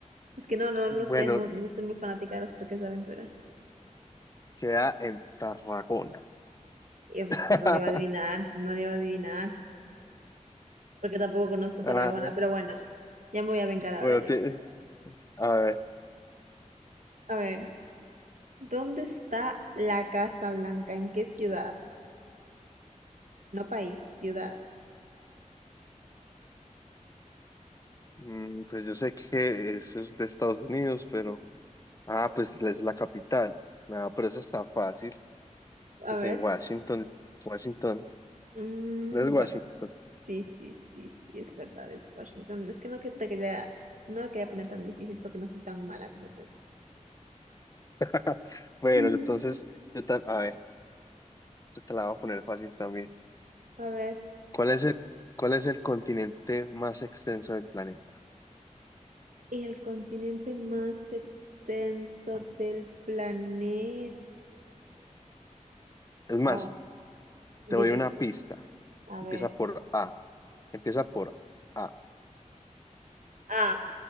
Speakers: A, on the right (about 80°); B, on the left (about 25°).
A: es que no, no
B: Bueno,
A: lo sé, no, no soy muy fanática de los parques de aventura.
B: queda en Tarragona.
A: Uf,
B: <laughs>
A: no le iba a adivinar, no le iba a adivinar, porque tampoco conozco Tarragona,
B: Ah,
A: pero bueno, ya me voy a vengar ahora
B: bueno,
A: yo.
B: te- a ver.
A: A ver, ¿dónde está la Casa Blanca? ¿En qué ciudad? No país, ciudad.
B: Mm, pues yo sé que eso es de Estados Unidos, pero... Ah, pues es la capital. No, pero eso está fácil.
A: A
B: Pues
A: ver,
B: en Washington. Washington.
A: mm,
B: No es Washington.
A: bueno, sí, sí, sí, sí, es verdad, es Washington. Es que no que te quería, no la quería poner tan difícil porque no soy tan mala como tú.
B: <laughs> Bueno,
A: <laughs>
B: entonces, yo ta- a ver, yo te la voy a poner fácil también.
A: A ver,
B: ¿Cuál es el, cuál es el continente más extenso del planeta?
A: el continente más extenso del planeta.
B: Es más,
A: Wow, dime,
B: te doy una pista.
A: a
B: Empieza
A: ver.
B: por A. Empieza por A.
A: A,